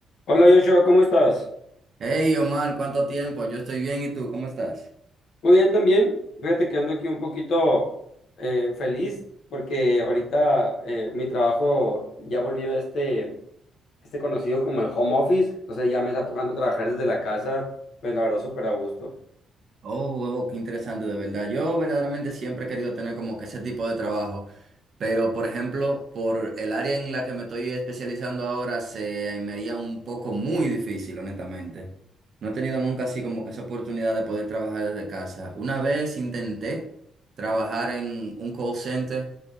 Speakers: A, on the left; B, on the right.
A: Hola Joshua, ¿cómo estás?
B: Hey Omar, ¿cuánto tiempo? Yo estoy bien, ¿y tú? ¿Cómo estás?
A: Muy bien también. Fíjate que ando aquí un poquito eh, feliz porque ahorita eh, mi trabajo ya volvió a este, este conocido como el home office. Entonces ya me está tocando trabajar desde la casa, pues la verdad súper a gusto.
B: Oh, oh, qué interesante, de verdad. Yo verdaderamente siempre he querido tener como que ese tipo de trabajo, pero por ejemplo, por el área en la que me estoy especializando ahora se me haría un poco muy difícil, honestamente. No he tenido nunca así como que esa oportunidad de poder trabajar desde casa. Una vez intenté trabajar en un call center,